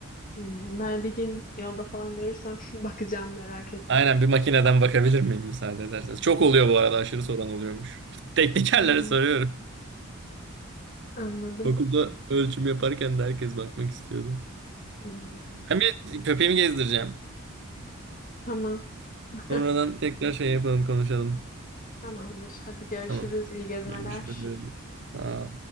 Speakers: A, on the left; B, on the right.
A: Hmm, Ben bir gün yolda falan görürsem <laughs> bakacağım merak ettim.
B: Aynen bir makineden bakabilir miyim müsaade ederseniz. Çok oluyor bu arada aşırı soran oluyormuş. <laughs> Teknikerlere
A: Hmm,
B: soruyorum.
A: anladım.
B: <laughs> Okulda ölçüm yaparken de herkes bakmak istiyordu.
A: Hmm,
B: Ben bir köpeğimi gezdireceğim.
A: tamam. <laughs>
B: Sonradan tekrar şey yapalım konuşalım.
A: Tamamdır. Hadi görüşürüz.
B: Tamam.
A: İyi gezmeler.
B: Görüşürüz. Aa,